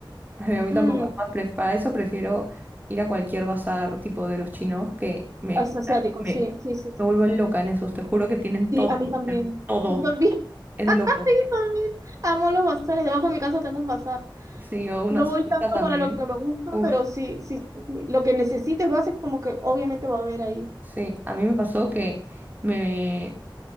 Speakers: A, on the right (about 20°); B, on the right (about 40°).
A: Ay, A mí
B: Mm,
A: tampoco. es más, Para eso prefiero ir a cualquier bazar tipo de los chinos que me,
B: as- asiático,
A: me,
B: sí, sí, sí,
A: me vuelvo
B: sí.
A: loca en esos. Te juro que tienen
B: Sí,
A: todo.
B: a mí
A: o
B: también.
A: sea, todo.
B: Yo también.
A: Es
B: <laughs>
A: de loco.
B: Yo también. Amo los bazares. Debajo de mi casa tengo un bazar.
A: Sí, yo una
B: No
A: cerveza
B: voy tanto
A: también.
B: para lo que me gusta,
A: Uf,
B: pero sí, sí, sí, sí. Lo que necesites base como que obviamente va a haber ahí.
A: sí. A mí me pasó que me,